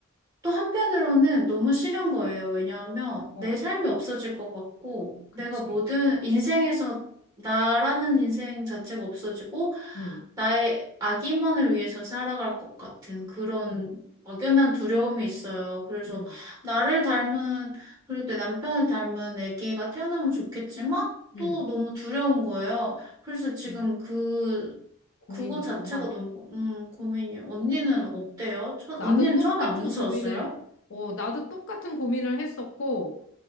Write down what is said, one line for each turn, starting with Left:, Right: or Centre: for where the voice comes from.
Right: 또 한편으로는 너무 싫은 거예요. 왜냐하면
Left: 어.
Right: 내 삶이 없어질 것 같고,
Left: 그치.
Right: 내가 모든 인생에서 나라는 인생 자체가 없어지고,
Left: 응,
Right: 나의 아기만을 위해서 살아갈 것 같은 그런
Left: 응,
Right: 막연한 두려움이 있어요. 그래서
Left: 응,
Right: 나를 닮은, 그리고 내 남편을 닮은 애기가 태어나면 좋겠지만,
Left: 응
Right: 또 너무 두려운 거예요. 그래서 지금
Left: 음,
Right: 그,
Left: 고민이
Right: 그거
Left: 있구나.
Right: 자체가 너무, 음, 고민이에요. 언니는 어때요? 처,
Left: 나도
Right: 언니는
Left: 똑같은
Right: 처음에 안 무서웠어요?
Left: 고민을, 어, 나도 똑같은 고민을 했었고,